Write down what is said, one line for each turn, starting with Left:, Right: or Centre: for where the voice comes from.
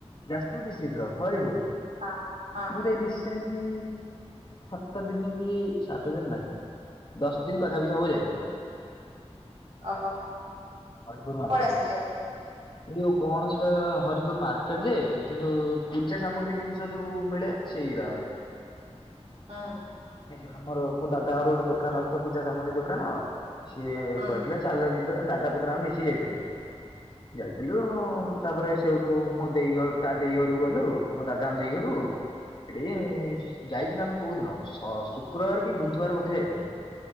Left: ଯାଜପୁର ଡିଷ୍ଟ୍ରିକ୍ଟର ହରିପୁର
Right: ହଁ ହଁ
Left: ମୁଁ ତ ଏଇଠି ରିସେଲଣ୍ଡି ସାତ ଦିନକି ସାତ ଦିନିନା। ଦଶ ଦିନ ପାଖାପାଖି ହବ ଯାଇଥିଲି।
Right: ଓହୋ।
Left: ହରିପୁୁର ମାର୍କେଟ।
Right: କୁଆଡେ ଆସିଥିଲେ?
Left: ଏଯୋଉ କଣ ସେଟା ହରିପୁର ମାର୍କେଟଯେ କିନ୍ତୁ ପୂଜା ସାମଗ୍ରୀ ଜିନିଷ ଯୋଉ ମିଳେ? ସେଇଦାମେ
Right: ହଁ।
Left: ଏଇ ଯେଉଁ ଆମର ମୋ ଦାଦାଙ୍କର ଗୋଟେ ଦୋକାନ ଅଛି ତ ପୂଜା ସାମଗ୍ରୀ ଦୋକାନ ସିଏ
Right: ହୁଁ
Left: କହିଥିଲେ। ଚାଲ ଯିବା ଦାଦା ପୁତୁରା ଆମେ ମିଶି ଯାଇଥିଲୁ। ଯାଇଥିଲୁ ତାପରେ ସେଉଠୁ ମୋ ଦେଇ ଘର ତା ଦେଇ ଘରକୁ ଗଲୁ। ମୋ ଦାଦାଙ୍କ ଦେଇ ଘରକୁ। ସେଠିକି ଯାଇଥିଲୁ ଆମେ କୋଉଦିନ ସ ଶୁକ୍ରବାର କି ବୁଧବାର ବୋଧେ ଯାଇଥିଲୁ।